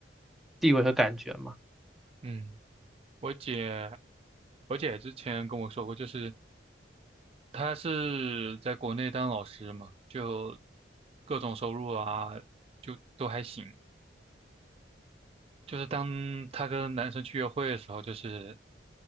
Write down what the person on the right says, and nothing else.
嗯，我姐，我姐之前跟我说过，就是她是在国内当老师嘛，就各种收入啊，就都还行。就是当她跟男生去约会的时候，就是